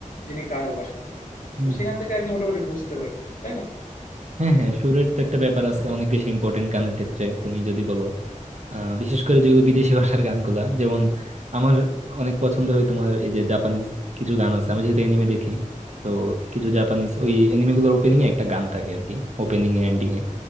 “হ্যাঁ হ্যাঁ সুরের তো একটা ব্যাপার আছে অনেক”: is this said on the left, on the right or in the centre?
Right